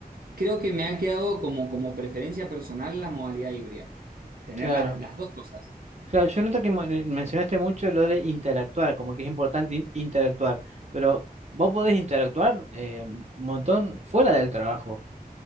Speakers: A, on the right; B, on the right.
A: Creo que me ha quedado como, como preferencia personal la modalidad híbrida. Tener
B: claro.
A: las, las dos cosas.
B: Claro, yo noto que mo- eh, mencionaste mucho lo de interactuar, como que es importante in- interactuar, pero vos podés interactuar eh, un montón fuera del trabajo.